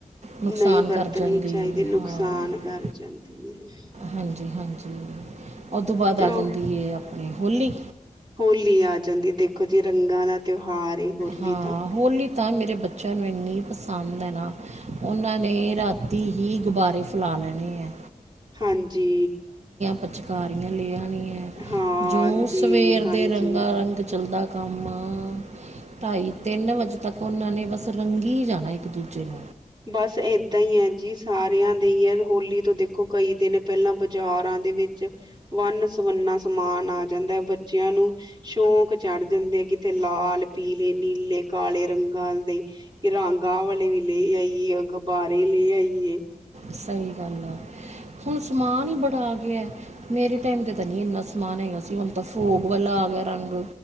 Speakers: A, on the right; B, on the right.
A: ਨੁਕਸਾਨ
B: ਨਹੀਂ ਵਰਤਣੀ
A: ਕਰ ਜਾਂਦੀ
B: ਚਾਹੀਦੀ
A: ਹੈ।
B: ਨੁਕਸਾਨ
A: ਹਾਂ
B: ਕਰ ਜਾਂਦੀ ਹੈ।
A: ਹਾਂਜੀ ਹਾਂਜੀ। ਉਹ ਤੋਂ ਬਾਅਦ
B: ਤੇ
A: ਆ ਜਾਂਦੀ
B: ਉਹ
A: ਹੈ। ਹੋਲੀ।
B: ਹੋਲੀ ਆ ਜਾਂਦੀ ਹੈ ਦੇਖੋ ਜੀ ਰੰਗਾਂ ਦਾ ਤਿਉਹਾਰ ਏ ਹੋਲੀ
A: ਹਾਂ
B: ਤਾਂ
A: ਹੋਲੀ ਤਾਂ ਮੇਰੇ ਬੱਚੇਆਂ ਨੂੰ ਐਨੀਂ ਦ ਨਾ ਓਨਾਂ ਨੇ ਰਾਤੀ ਹੀ ਗੁਬਾਰੇ ਫਲਾ ਲੈਣੇ ਆ।
B: ਹਾਂਜੀ।
A: ਪਚਕਾਰੀਆਂ ਲਿਆਣੀਆ
B: ਹਾਂਜੀ
A: ਜੋ ਸਵੇਰ
B: ਹਾਂਜੀ
A: ਦੇ ਰੰਗਾ ਰੰਗ ਚੱਲਦਾ ਕੰਮ ਆ ਢਾਈ ਤਿੰਨ ਵਜੇ ਤੱਕ ਓਨਾਂ ਨੇ ਬਸ ਰੰਗੀ ਜਾਣੈ ਇੱਕ ਦੂਜੇ ਨੂੰ
B: ਬਸ ਏਦਾਂ ਈ ਐ ਜੀ, ਸਾਰੇਆਂ ਦੇ ਹੀ ਹੋਲੀ ਤੋਂ ਦੇਖੋ ਕਈ ਦਿਨ ਪੈਲਾਂ ਬਜਾਰਾਂ ਦੇ ਵਿੱਚ ਵੰਨ- ਸਵੰਨਾ ਸਮਾਨ ਆ ਜਾਂਦੈ। ਬੱਚਿਆਂ ਨੂੰ ਸੋ਼ਕ ਚੜ ਜਾਂਦੇ ਕਿਤੇ ਲਾਲ, ਪੀਲੇ, ਨੀਲੇ, ਕਾਲੇ਼ ਰੰਗਾਂ ਦੇ ਰਾਂਗ ਆ ਵਾਲੇ ਵੀ ਲੇ ਆਈਏ ਗਬਾਰੇ ਲੇ ਆਈਏ
A: ਸਈ ਗੱਲ ਆ। ਹੁਣ ਸਮਾਨ ਈ ਬੜਾ ਆ ਗੇਆ ਏ, ਮੇਰੇ ਟਾਈਮ ਤੇ ਤਾਂ ਨਈ ਏਨਾਂ ਸਮਾਨ ਹੈਗਾ ਸੀ। ਹੋਨ ਤਾਂ ਫੋਗ ਵਾਲਾ ਆ ਗੇਆ ਰੰਗ